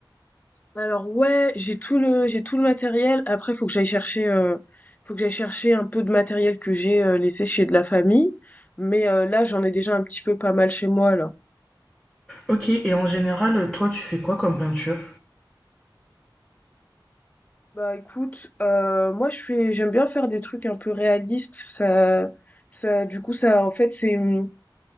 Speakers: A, on the left (about 20°); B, in the centre.
A: Alors ouais, j'ai tout le j'ai tout le matériel. Après faut que j'aille chercher, heu, faut que j'aille chercher un peu de matériel que j'ai, heu, laissé chez de la famille. Mais heu, là j'en ai déjà un petit peu pas mal chez moi là.
B: Ok, et en général, toi, tu fais quoi comme peinture?
A: Bah écoute, heu, moi je fais j'aime bien faire des trucs un peu réalistes. Ça ça du coup ça en fait c'est, mmh